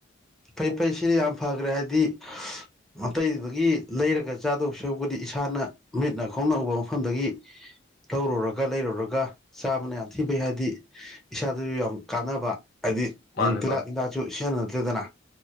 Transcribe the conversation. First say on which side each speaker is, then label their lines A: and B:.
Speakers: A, in the centre; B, on the left.
A: ꯐꯩ ꯐꯩ ꯁꯤꯗꯤ ꯌꯥꯝ ꯐꯈ꯭ꯔꯦ ꯍꯥꯏꯗꯤ ꯑꯇꯩꯗꯒꯤ ꯂꯩꯔꯒ ꯆꯥꯗꯧ ꯁꯔꯨꯛꯄꯨꯗꯤ ꯏꯁꯥꯅ ꯃꯤꯠꯅ ꯈꯣꯡꯅ ꯎꯕ ꯃꯐꯝꯗꯒꯤ ꯂꯧꯔꯨꯔꯒ ꯂꯩꯔꯨꯔꯒ ꯆꯥꯕꯅ ꯌꯥꯝ ꯊꯤ
B: ꯎꯝ,
A: ꯐꯩ ꯍꯥꯏꯗꯤ ꯏꯁꯥꯗꯁꯨ ꯌꯥꯝ ꯀꯥꯟꯅꯕ ꯍꯥꯏꯗꯤ
B: ꯃꯥꯅꯦ
A: ꯇꯤꯜꯍꯥ
B: ꯃꯥꯅꯦ
A: ꯍꯤꯗꯥꯛꯁꯨ ꯁꯦꯟꯅꯗ ꯗꯨꯗꯅ